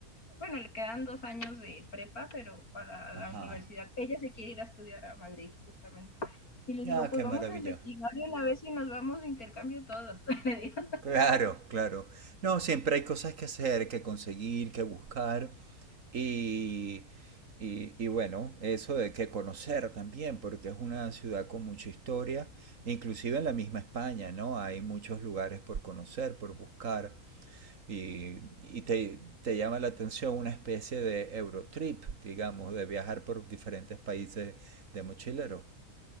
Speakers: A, on the left (about 75°); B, on the right (about 60°).
A: bueno, le quedan dos años de prepa, pero para la
B: Ajá.
A: universidad. Ella se quiere ir a estudiar a Madrid, justamente. Y le digo,
B: Ah,
A: pues
B: qué
A: vamos
B: maravilla.
A: a investigar de una vez y nos vamos de intercambio todos. <laughs> Le digo.
B: Claro, claro. No, siempre hay cosas que hacer, que conseguir, que buscar. Y, y, y bueno, eso de que conocer también, porque es una ciudad con mucha historia, inclusive en la misma España, ¿no? Hay muchos lugares por conocer, por buscar. Y, y te, te llama la atención una especie de Eurotrip, digamos, de viajar por diferentes países de mochilero,